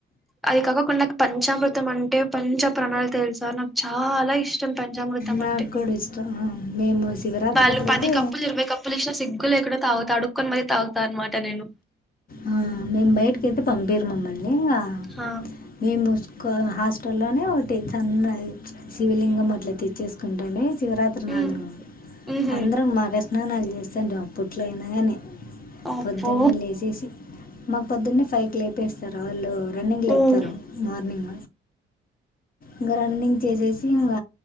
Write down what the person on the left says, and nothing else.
నాకు
కూడా ఇష్టం ఆ, మేము శివరాత్రి
అప్పుడైతే
ఆ మేమ్ బయ్టికెళ్తే పంపిరు మమ్మల్ని ఇగ
మేము ఒక హాస్టల్లోనే ఒకటి చన్నది శివలింగం అట్ల తెచ్చేసుకుంటానె శివరాత్రినాడొ
అందరం మగష్ణనాల్ చేస్తుండే అప్పట్లో అయిన గని
పొద్దున్నె లెసేసి మాక్ పొద్దున్నే ఫైవ్ కి లేపేస్తరు ఆళ్ళు రన్నింగ్ కి లేపుతరు
మార్నింగ్ ఇగ రన్నింగ్ చేసేసి ఇగ